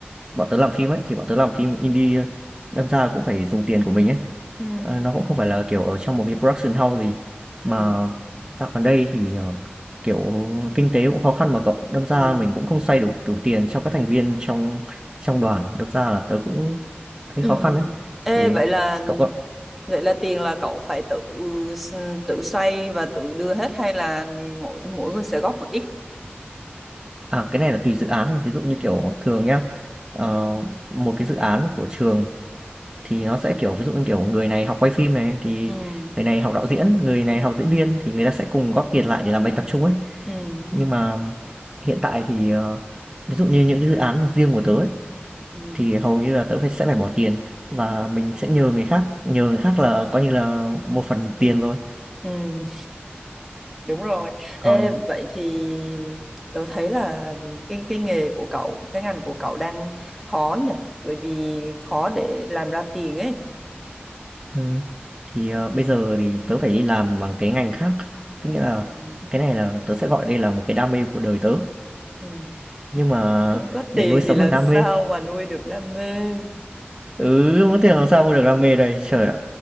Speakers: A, on the right; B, in the centre.
A: bọn tớ làm phim ấy, thì bọn tớ làm phim indie thôi. Đâm ra cũng phải dùng tiền của mình ấy.
B: Ừ.
A: Ờ, nó cũng không phải là kiểu ở trong một cái production house gì. Mà
B: ừ,
A: dạo gần đây thì ờ, kiểu kinh tế cũng khó khăn mà cậu. Đâm ra
B: ừ,
A: mình cũng không xoay đủ đủ tiền cho các thành viên trong trong đoàn. Đâm ra là tớ cũng thấy
B: ừ.
A: khó khăn đấy
B: Ê,
A: Thì
B: vậy là
A: cậu
B: vậy là tiền là cậu phải tự tự xoay và tự đưa hết hay là mỗi mỗi người sẽ góp một ít?
A: À, cái này là tùy dự án thôi. Ví dụ như, kiểu, thường nhá, ờ, một cái dự án của trường thì nó sẽ, kiểu, ví dụ như, kiểu, người này học quay phim này, thì
B: Ừ.
A: người này học đạo diễn, người này học diễn viên thì người ta sẽ cùng góp tiền lại để làm bài tập chung ấy.
B: Ừ.
A: Nhưng mà hiện tại thì, ờ, ví dụ như những cái dự án mà riêng của tớ ấy,
B: Ừ,
A: thì hầu như là tớ phải sẽ phải bỏ tiền và mình sẽ nhờ người khác, nhờ người khác là coi như là một phần tiền rồi.
B: ừ. Đúng rồi.
A: Còn
B: Ê, vậy thì tớ thấy là cái cái nghề của cậu, cái ngành của cậu đang khó nhỉ? Bởi vì khó để làm ra tiền ấy.
A: Ừ. Thì ờ, bây giờ thì tớ phải đi làm bằng cái ngành khác Tức nghĩa là
B: Ừ.
A: cái này là tớ sẽ gọi đây là một cái đam mê của đời tớ
B: Ừ.
A: Nhưng mà
B: Không có
A: để
B: tiền
A: nuôi sống
B: thì làm
A: được đam
B: sao
A: mê
B: mà nuôi được đam mê?
A: Ừ, không có tiền làm sao mua được đam mê đây Trời ạ,